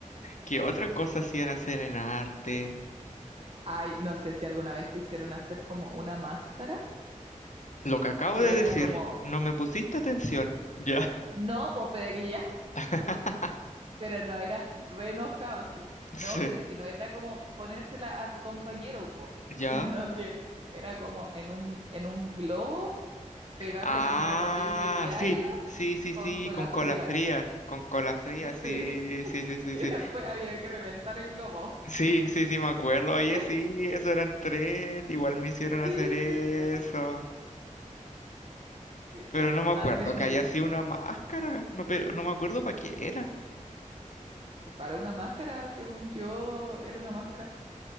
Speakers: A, on the left; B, on the right.
A: ¿Qué otra cosa hacían hacer en arte?
B: Ay, no sé si alguna vez te hicieron hacer como una máscara,
A: Lo que acabo
B: que
A: de
B: era
A: decir,
B: como,
A: no me pusiste atención. Ya.
B: no, pues pero aquí ya.
A: <laughs>
B: pero no era re enojado así.
A: Sí.
B: No, pero es que no era como ponérsela a tu compañero, po, <laughs>
A: ¿Ya?
B: sino que era como en un, en un globo, pegarle
A: Ah,
B: como papel de diario
A: sí, sí, sí,
B: con
A: sí,
B: cola
A: con cola
B: fría.
A: fría, con cola fría,
B: Sí,
A: sí,
B: <laughs>
A: sí, sí, sí,
B: y
A: sí.
B: después había que reventar el globo.
A: Sí, sí, sí, me acuerdo. Oye,
B: <laughs>
A: sí, eso eran tres, igual me hicieron
B: Sí,
A: hacer eso.
B: sí, ¿cierto? Sí.
A: Pero no me acuerdo
B: A mí me, me-
A: que haya sido una máscara, no, pero no me acuerdo para qué era.
B: para una máscara, según yo, era una máscara